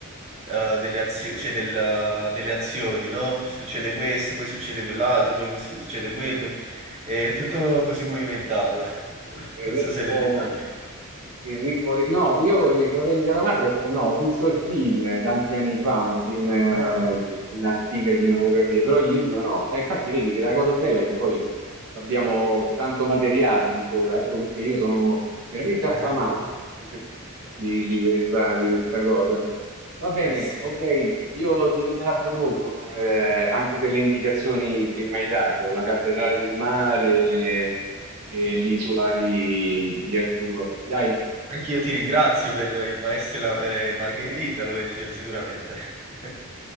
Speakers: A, on the right; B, on the right.
A: eh, delle, azio- cioè del- delle azioni, no? F- Succede questo, poi succede quell'altro, poi questo- succede quello. È tutto così movimentato. <laughs>
B: Il
A: Non
B: ritmo-
A: so se l'hai letto anche tu.
B: Il ritmo, no, io i Fratelli Calamardo, no, ho visto il film tanti anni fa, un film eh,
A: Ah,
B: dell'antica cinematografia, però il libro no. E infatti vedi che la cosa bella è che poi abbiamo tanto materiale ancora, ecco perché io sono veramente
A: eh,
B: affamato
A: ma-
B: <laughs> di, di questa, di questa cosa. Va bene,
A: Eh sì.
B: ok, io ti ringrazio molto per, eh, anche per le indicazioni che mi hai dato, la cattedrale del mare e l'isola di, di Arturo. Dai,
A: Anch'io ti ringrazio per il maestro e la- e Margherita, lo leggerò sicuramente. <laughs>